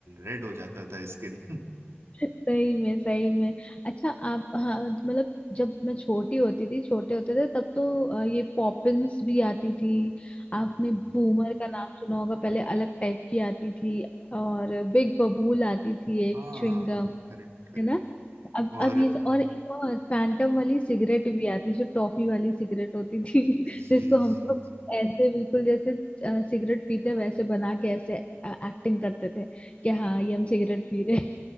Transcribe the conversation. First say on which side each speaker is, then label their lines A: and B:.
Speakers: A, on the right; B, on the left.
A: रेड हो जाता था स्किन <laughs>
B: सही में सही में अच्छा आप हाँ मतलब जब मैं छोटी होती थी छोटे होते थे तब तो अ, ये पॉपिंस भी आती थी आपने
A: हम्म,
B: बूमर का नाम सुना होगा पहले अलग टाइप की आती थी और बिग बबूल आती थी एक
A: हाँ
B: च्युइंगम
A: करेक्ट करेक्ट
B: है ना अब
A: और
B: अब ये और एक और फैंटम वाली सिगरेट भी आती जो टॉफी वाली सिगरेट होती थी <laughs>
A: जी
B: जिसको हम
A: जी
B: लोग
A: जी
B: ऐसे बिल्कुल जैसे अ, सिगरेट पीते वैसे बना के ऐसे एक्टिंग करते थे कि हाँ ये हम सिगरेट पी रहे <laughs> हैं।